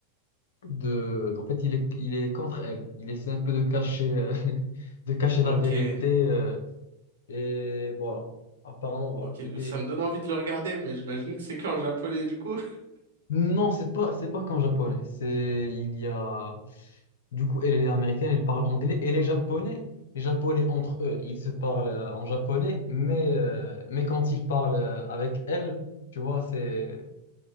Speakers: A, on the left; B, on the right.
A: de- en fait, il est, il est contre elle. Il essaie un peu de cacher, euh, <laughs> de cacher
B: Ok.
A: la vérité. euh, et voilà. Apparemment, voilà.
B: Ok,
A: Il
B: ça
A: est,
B: me donne envie de le regarder, mais j'imagine que c'est qu'en japonais du coup.
A: Non, c'est pas, c'est pas comme japonais. C'est, il y a, du coup, elle elle est américaine, elle parle anglais, Et les japonais. Les japonais entre eux, ils se parlent euh, en japonais, mais, euh, mais quand ils parlent euh, avec elle, tu vois, c'est,